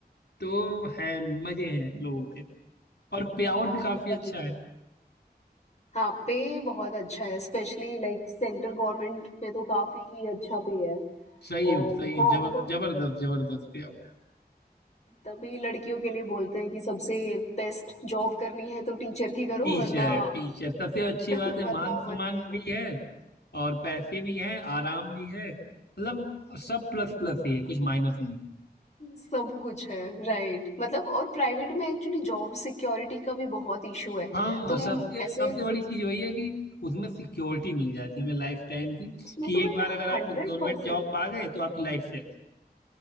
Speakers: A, on the left (about 75°); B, on the left (about 40°).
A: तो है मजे हैं लोगों के और पे आउट
B: हाँ
A: भी काफी
B: तभी
A: अच्छा है
B: हाँ पे बहुत अच्छा है स्पेशली लाइक सेंट्रल गवर्नमेंट में तो काफी ही अच्छा पे है
A: सही
B: और
A: सही है,
B: हाँ
A: जबर
B: मतलब
A: जबरदस्त जबरदस्त पे आउट
B: तभी लड़कियों के लिए बोलते हैं कि सबसे बेस्ट जॉब करनी है तो टीचर की करो
A: टीचर
B: वरना
A: टीचर सबसे अच्छी
B: <laughs>
A: बात है
B: वरना
A: मान सम्मान
B: मत करो।
A: भी है और पैसे भी हैं आराम भी है मतलब सब प्लस प्लस ही है कुछ माइनस नहीं
B: सब कुछ है, राइट मतलब और प्राइवेट में एक्चुअली जॉब सिक्योरिटी का भी बहुत इशू है।
A: हाँ
B: तुम
A: सबसे
B: ऐसे
A: सबसे बड़ी चीज वही है कि उसमें सिक्योरिटी मिल जाती है हमें लाइफ टाइम की
B: उसमें
A: कि
B: तुम्हें
A: एक बार अगर आप
B: 100%
A: गवर्नमेंट जॉब पा गए तो आपकी लाइफ सेट है।